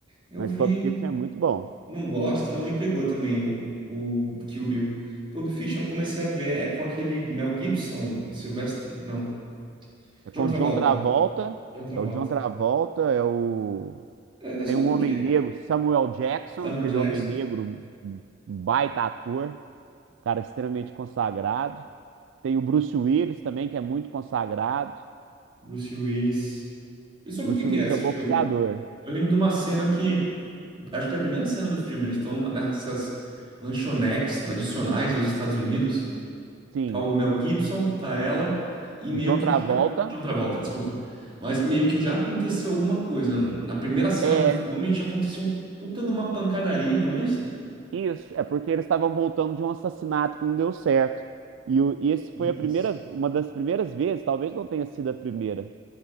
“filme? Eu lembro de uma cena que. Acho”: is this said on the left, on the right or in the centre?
Right